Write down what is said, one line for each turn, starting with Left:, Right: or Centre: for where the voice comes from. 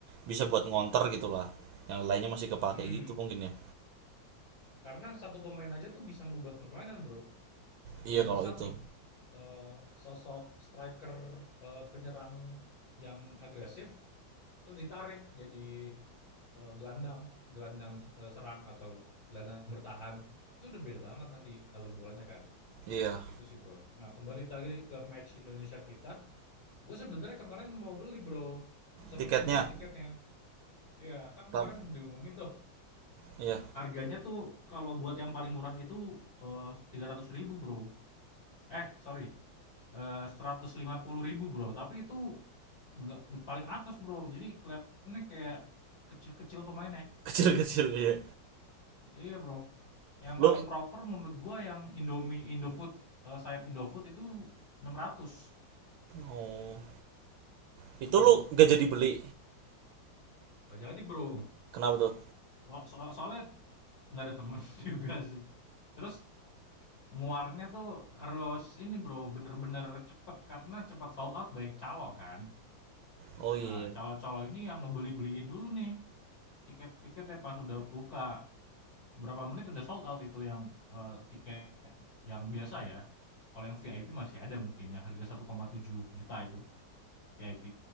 Right: bisa buat ngonter gitulah. Yang lainnya masih kepake
Left: Hmm.
Right: gitu mungkin ya.
Left: Karena satu pemain aja tuh bisa ngubah permainan bro.
Right: Iya
Left: Kayak
Right: kalau
Left: misal
Right: itu.
Left: nih, eh, sosok striker eh, penyerang yang agresif, terus ditarik jadi eh, gelandang, gelandang eh, serang atau gelandang bertahan, itu udah beda banget nanti alur bolanya kan.
Right: Iya.
Left: Gitu sih bro. Nah kembali tadi ke match Indonesia kita, gue sebenarnya kemarin mau beli bro, sempat
Right: Tiketnya
Left: mau beli tiketnya. Iya, kan
Right: tap
Left: kemarin diumumin tuh.
Right: iya.
Left: Harganya tuh kalau buat yang paling murah itu tiga ratus ribu bro. Eh, sorry, eee, ribu Bro, tapi itu nggak di paling atas Bro, jadi kelihatannya kayak kecil-kecil pemainnya.
Right: <laughs> Kecil-kecil iya.
Left: Iya Bro, yang
Right: Lu
Left: paling proper menurut gua yang Indomie Indofood, eee, sayap Indofood itu 600.
Right: oh, itu
Left: Mhm.
Right: lu gak jadi beli.
Left: Nggak jadi Bro,
Right: Kenapa tuh?
Left: wa so soalnya nggak ada temen <laughs> juga sih. Terus nguarnya tuh harus ini Bro, bener-bener cepet, karena cepet sold out banyak calo kan.
Right: Oh iya.
Left: Nah, calo-calo ini yang ngebeli-beliin dulu nih. Tiket-tiketnya pas udah buka. Berapa menit udah sold out itu yang eh, tiket yang biasa ya. Kalau yang VIP masih ada mungkin yang harga satu koma tujuh juta itu. VIP